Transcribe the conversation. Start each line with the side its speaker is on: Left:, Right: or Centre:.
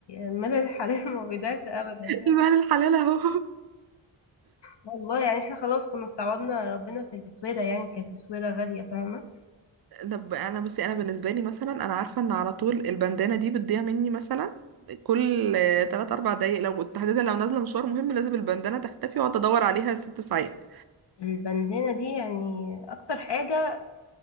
Left: مدى الحريم <laughs> ما بيضيعش ابدا
Right: <laughs>
Left: يعني
Right: المال الحلال اهو
Left: والله يعني احنا خلاص كنا استعوضنا ربنا في الاسويرة يعني كانت اسويرة غالية فاهمة
Right: طب انا بصي انا بالنسبه لي مثلا انا عارفه ان على طول البندانه دي بتضيع مني مثلا كل 3 4 دقايق لو تحديدا لو نازله مشوار مهم لازم البندانه تختفي واقعد ادور عليها ست ساعات
Left: البندانة دي يعني اكتر حاجة